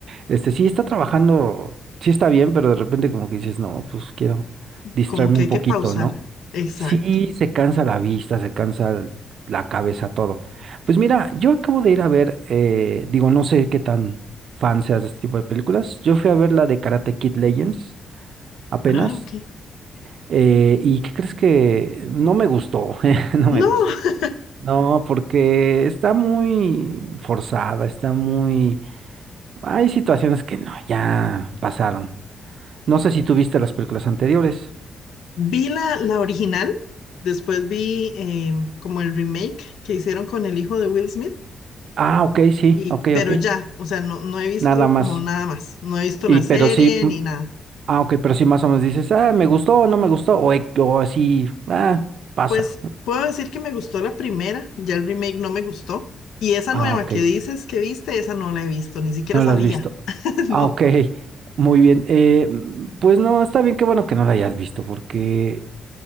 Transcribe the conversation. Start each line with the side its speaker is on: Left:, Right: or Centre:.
Right: Este, sí, está trabajando, sí está bien, pero de repente como que dices, no, pues quiero distraerme
Left: como que
Right: un
Left: hay
Right: poquito,
Left: que pausar.
Right: ¿no?
Left: Exacto.
Right: Sí, se cansa la vista, se cansa el- la cabeza, todo. Pues mira, yo acabo de ir a ver, eh, digo, no sé qué tan fan seas de este tipo de películas. Yo fui a ver la de Karate Kid Legends apenas.
Left: Ah, ok.
Right: eh, ¿y qué crees que no me gustó? <laughs> No
Left: No,
Right: me gustó.
Left: <laughs>
Right: No, porque está muy forzada, está muy... Hay situaciones que no, ya pasaron. No sé si tú viste las películas anteriores.
Left: Vi la, la original, después vi em, como el remake que hicieron con el hijo de Will Smith,
Right: Ah, ok, sí,
Left: y,
Right: ok,
Left: pero
Right: ok.
Left: ya, o sea, no, no he visto
Right: Nada más.
Left: como nada más, no he visto
Right: Y
Left: la
Right: pero
Left: serie
Right: sí.
Left: ni nada.
Right: Ah, ok, pero sí más o menos dices, ah, me gustó o no me gustó, o, e- o así, ah, pasa.
Left: Pues puedo decir que me gustó la primera, ya el remake no me gustó, y esa
Right: Ah,
Left: nueva
Right: ok,
Left: que dices que viste, esa no la he visto, ni siquiera
Right: no
Left: sabía,
Right: lo has visto.
Left: <laughs>
Right: Ah,
Left: no.
Right: ok, <laughs> muy bien. Eh, mm, pues no, está bien, qué bueno que no la hayas visto, porque